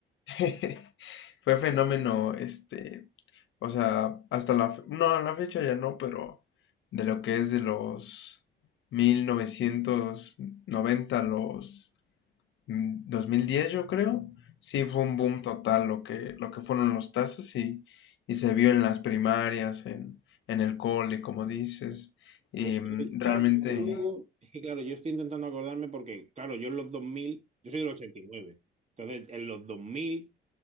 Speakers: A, on the left (about 75°); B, on the right (about 35°).
A: <laughs> Fue fenómeno, este, o sea, hasta la, fe- no, a la fecha ya no, pero de lo que es de los 1990 a los mm, 2010 yo creo, sí fue un boom total lo que, lo que fueron los tazos y, y se vio en las primarias, en, en el cole, como dices, y
B: Pues,
A: mm,
B: eh, claro,
A: realmente,
B: porque luego, es que claro, yo estoy intentando acordarme porque, claro, yo en los 2000 yo soy del ochenta y nueve entonces en los 2000